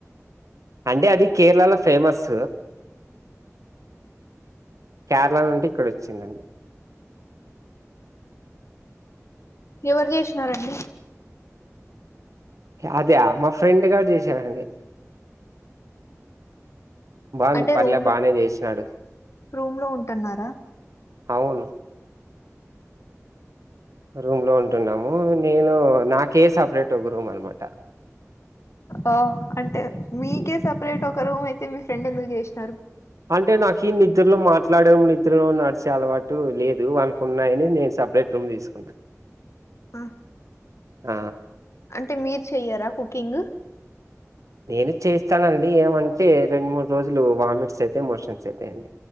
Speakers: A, on the right; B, on the left.
A: అంటే అది కేరళలో ఫేమస్ కేరళ నుండి ఇక్కడ వచ్చిందండి
B: ఎవరు చేసినారండి
A: అదా మా ఫ్రెండ్ గాడు చేసారండి బాగుంది
B: అంటే
A: పర్లే
B: రూమ్ లో
A: బానే చేసినాడు
B: రూమ్ లో ఉంటున్నారా
A: అవును రూమ్ లో ఉంటున్నాము నేను నాకే సపరేట్ ఒక రూమ్ అనమాట
B: ఓ అంటే మీకే సపరేట్ ఒక రూమ్ అయితే మీ ఫ్రెండ్ ఎందుకు చేసిన
A: అంటే నాకి నిద్రలో మాట నాకేమో నిత్ర్రలు నడిచే అలవాటు లేదు అనుకున్నాయని నేను సపరేట్ రూమ్ తీసుకున్నా
B: ఆ
A: ఆ
B: అంటే మీరు చెయ్యారా కుకింగ్
A: నేను చేస్తానండి ఏమంటే రెండు మూడు రోజులు వామిట్స్ అయితాయ్ మోషన్స్ అయితాయండి